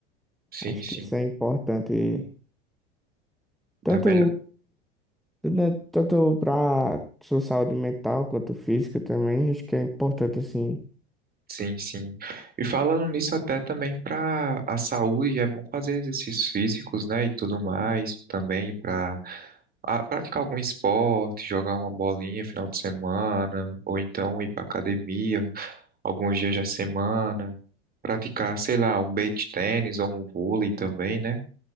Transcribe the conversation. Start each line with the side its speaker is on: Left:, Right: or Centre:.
Right: Sim,
Centre: Acho
Right: sim.
Centre: que isso é importante,
Right: Dá
Centre: tanto,
Right: melhor.
Centre: tanto tanto pra sua saúde mental quanto física também, acho que é importante, assim...
Right: Sim, sim. E falando nisso até também para a saúde, é bom fazer exercícios físicos, né, e tudo mais, também para praticar algum esporte, jogar uma bolinha final de semana, ou então ir para academia alguns dias da semana, praticar, sei lá, um beach tênis ou um vôlei também, né?